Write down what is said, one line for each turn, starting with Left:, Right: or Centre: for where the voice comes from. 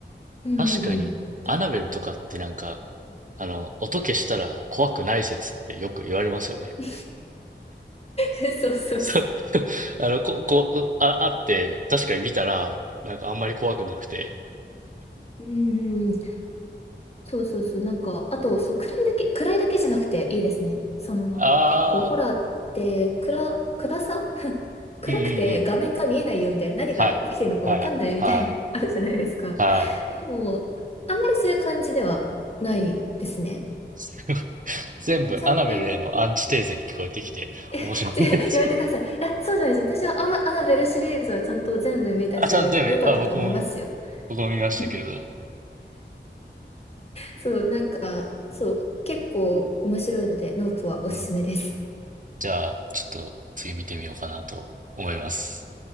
Left: うんうんうん。
Right: 確かに、
Left: ど
Right: アナベルとかってなんか、あの、音消したら怖くない説ってよく言われますよね。
Left: <laughs> そうそうそう。
Right: そう、<laughs> あの、こ、こう、あ、あって、確かに見たら、なんかあんまり怖くなくて。
Left: うんうん、そうそうそう。なんか、あと、そう、暗いだけ、暗いだけじゃなくていいですね。その、
Right: ああ、
Left: 結構ホラーって、暗、暗さ <laughs> 暗くて画面が見えないよみたいな、
Right: うんうんうん。
Left: 何が起きてるのかわかんないみたいな、
Right: はい。はい。はい。
Left: <laughs> あるじゃないですか。
Right: はい。
Left: でも、あんまりそういう感じではないですね。
Right: <laughs> すごい全部、
Left: ちゃんと、
Right: アナベルへのアンチテーゼに聞こえてきて、面白いですけど。
Left: <laughs> ちょやめてください。いや、そうじゃないです。私はアマアナベルシリーズはちゃんと全部見たし、
Right: <laughs> あ、ちゃんと全部、
Left: 良かったと思いますよ。
Right: あ、僕も、僕も見ましたけれど。
Left: <laughs> そう、なんかそう、結構面白いので、ノープはおすすめです。
Right: うん、じゃあ、ちょっと次見てみようかなと思います。